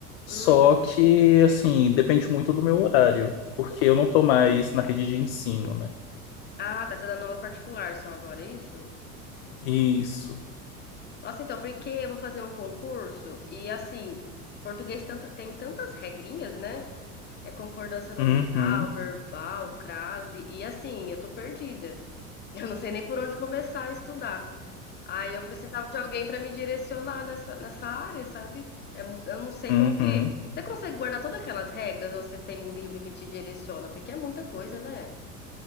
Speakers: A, on the left; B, on the left.
A: Só
B: Hum,
A: que, assim, depende muito do meu horário, porque eu não tô mais na rede de ensino, né?
B: ah, tá, você tá dando aula particular só agora, é isso?
A: Isso.
B: Nossa, então, porque eu vou fazer um concurso e assim, português tanta- tem tantas regrinhas, né? É concordância nominal,
A: Uhum,
B: verbal, crase. E assim, eu tô perdida. <laughs> Eu não sei nem por onde começar a estudar. Aí eu precisava de alguém para me direcionar nessa, nessa área, sabe? É mu- eu não sei
A: uhum.
B: como que. Você consegue guardar todas aquelas regras ou você tem um livro que te direciona? Porque é muita coisa, né?